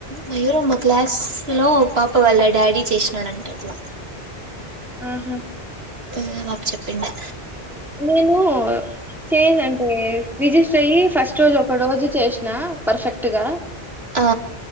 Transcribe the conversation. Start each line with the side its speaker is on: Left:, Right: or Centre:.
Right: మయూర మా క్లాస్ లో పాప వాళ్ళ డాడీ చేసినాడుంటట్లా
Centre: ఉమ్మ్
Right: అ బాపు చెప్పిండే
Centre: నేను చే అంటే రిజిస్టర్ అయ్యి ఫస్ట్ రోజు ఒక రోజు చేసిన పర్ఫెక్ట్ గ
Right: ఆ